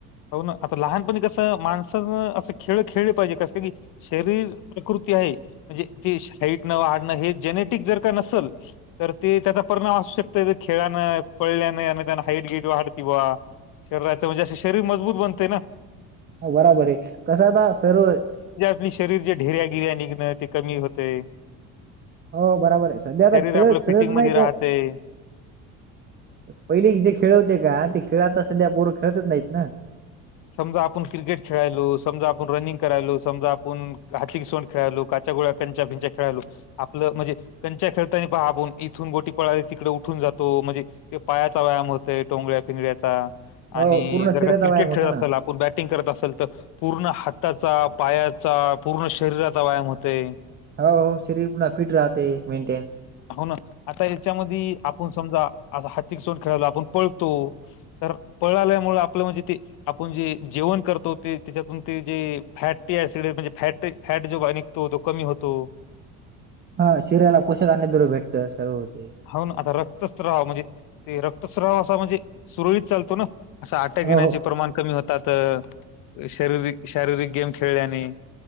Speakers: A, on the left (about 60°); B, on the right (about 30°).
A: हो ना आता लहानपणी कसं माणसानं असं खेळ खेळले पाहिजे कसं की शरीर प्रकृती आहे म्हणजे ती हेटणं वाडणं हे जेनेटिक जर का नसेल तर ते त्याचा परिणाम असवू शक खेळानं पळल्याने आणि त्याना हाईट गिट वाढते बा शरीराच म्हणजे असं शरीर मजबूत बनते ना
B: हा बराबर आहे कस आता सर्व
A: आणि शरीर जे ढिर्यागिर्या निघणं ते कमी होते
B: हो बरोबर आहे सध्या आता
A: शरीर
B: खेळ
A: आपलं
B: खेळत
A: फिटिंगमध्ये
B: नाही
A: राहतंय.
B: तर पहिली जे खेळ होते का ते खेळ आता सध्या पोरं खेळतच नाहीत ना
A: समजा आपण क्रिकेट खेळायलो समजा आपण रनिंग करायलो समजा आपण हातली सवंड खेळायलो गोळकच्या भिंच्या खेळाल आपलं म्हणजे कंच्या खेळतानी पबून इथून गोटी पळाले तिकडे उठून जातो म्हणजे ते पायाचा व्यायाम होतय टोंगळ्या फिंगळ्याचा
B: हो
A: आणि
B: पूर्ण
A: जर
B: शरीराचा
A: का क्रिकेट
B: व्यायाम होतो
A: खेळत
B: ना
A: अस आपण बॅटिंग करत असेल तर पूर्ण हाताचा पायाचा पूर्ण शरीराचा व्यायाम होते
B: हो हो शरीर पुन्हा फिट राहते मेंनटेन
A: हो ना आता याच्यामध्ये आपण समजा आ हत्िक सोड खेळायला आपण पळतो तर पळाल्यामुळे आपलं म्हणजे ते आपण जे जेवण करतोते त्याच्यातून ते जे फॅटी सिड म्हणजे फॅट फॅट जो निघतो तो कमी होतो
B: हा शरीराला पोषखांनी दुर भेटत सर्व होते
A: हो ना आता रक्तस्राव म्हणजे ते रक्तस्राव असा म्हणजे सुरळीत चालतो ना असं अटक
B: हो
A: येण्याचे
B: हो
A: प्रमाण कमी होतात शारीर शारीरिक गेम खेळल्याने